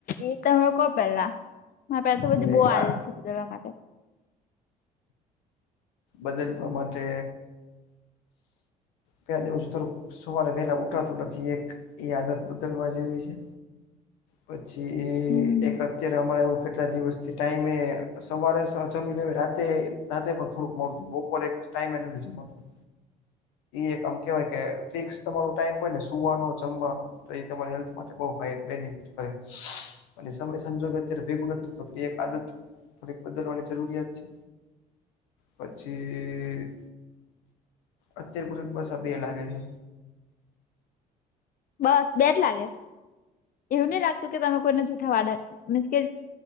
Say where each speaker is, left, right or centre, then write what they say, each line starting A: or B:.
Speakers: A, on the left (about 50°); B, on the left (about 80°).
A: એ તમે કહો પેલા મારી પાસે તો બધી
B: એટલે
A: બહુ
B: કા
A: આદત છે બદલવા માટે
B: બદલવા માટે
A: <inaudible>
B: ક્યાં રેઉ છે સવારે વહેલા ઉઠાતું નથી એક એ આદત બદલવા જેવી છે.
A: <inaudible>
B: પછી
A: હમ
B: એક અત્યારે અમારે એવું કેટલા દિવસથી ટાઈમે સવારે જમી રાતે રાતે પણ થોડુંક મોડું બપોર એક ટાઈમ એ નથી જમાતું એક આમ કેવાય કે ફિક્સ તમારો ટાઈમ હોય ને સુવાનો જમવાનો તો એ તમારી હેલ્થ માટે બઉ બેનિફિટ કરે અને સમય સંજોગે અત્યારે ભેગું નથી થતું એક આદત થોડીક બદલવાની જરૂરિયાત છે પછી અત્યારે મને બસ આ બે લાગે છે
A: બસ બે જ લાગે છે એવું નહી લાગતું કે તમે કોઈને જૂઠા વાદા મીન્સ કે